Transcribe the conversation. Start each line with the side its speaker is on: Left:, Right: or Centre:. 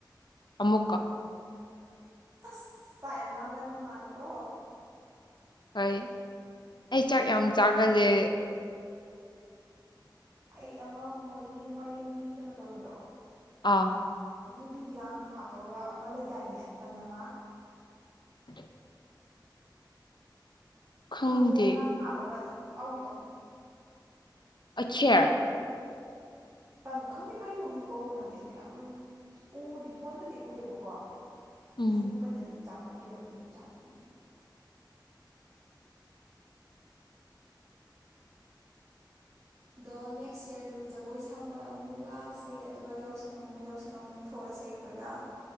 Left: ꯑꯃꯨꯛꯀ
Right: ꯑꯁ ꯆꯥꯛ ꯂꯥꯝꯒꯟꯕ ꯃꯥꯜꯂꯤꯀꯣ꯫
Left: ꯍꯣꯏ ꯑꯩ ꯆꯥꯛ ꯌꯥꯝ ꯆꯥꯒꯜꯂꯦ꯫
Right: ꯑꯩ ꯑꯃ ꯃꯣꯏꯒꯤ ꯃꯔꯤꯡꯒꯤ ꯀꯩꯅꯣ ꯇꯧꯕꯗꯣ
Left: ꯑꯥ
Right: ꯌꯨꯕꯤꯒꯥꯡ ꯍꯥꯞꯄꯒ ꯑꯃ ꯂꯩꯗꯥꯏꯅꯦ ꯇꯟ ꯑꯃ꯫
Left: <inaudible> ꯈꯪꯗꯦ
Right: ꯁꯪꯒꯣꯝꯒꯥꯡ ꯍꯥꯞꯄꯒ ꯅꯞ ꯅꯞ ꯂꯥꯎꯕꯤꯗꯣ
Left: ꯑꯠꯁꯦꯔ
Right: ꯇꯟ ꯈꯪꯗꯦ ꯀꯩ ꯃꯃꯤꯡ ꯀꯧꯕꯅꯣꯗꯤ ꯑꯗꯨ ꯌꯥꯝ ꯎꯗꯤ ꯐꯣꯟꯗꯗꯤ ꯎꯔꯦꯕꯀꯣ꯫
Left: ꯎꯝ
Right: ꯑꯁꯦꯡꯕꯗꯗꯤ ꯆꯥꯗꯔ꯭ꯤꯌꯦꯕ ꯑꯗꯨꯏꯗꯨ ꯆꯥꯅꯤꯡꯉꯦ ꯑꯩꯗꯤ
Left: <inaudible>
Right: ꯑꯗꯣ ꯅꯦꯛꯁ ꯌꯥꯔꯗꯨ ꯖꯒꯣꯏ ꯁꯥꯕ ꯑꯃꯨꯛ ꯂꯥꯛꯑꯁꯦ ꯑꯗꯨꯒ ꯌꯥꯎꯁꯪ ꯑꯃꯨꯛ ꯌꯥꯎꯁꯪ ꯑꯃꯨꯛ ꯊꯣꯛꯑꯁꯦ ꯑꯩꯈꯣꯏꯒ